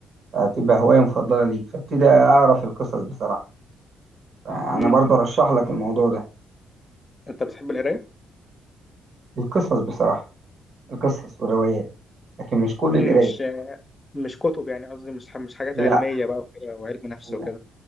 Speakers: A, on the right; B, on the left.
A: هتبقى هواية مفضلة ليك فابتدي اعرف القصص بصراحة انا
B: مم.
A: برضو ارشح لك الموضوع ده
B: انت بتحب القراية؟
A: القصص بصراحه القصص والروايات لكن مش كل
B: مم.
A: القرايه
B: مش مش كتب يعني قصدي مش ح- مش حاجات
A: لا
B: علمية بقى وكده وعلم نفس
A: لا
B: وكده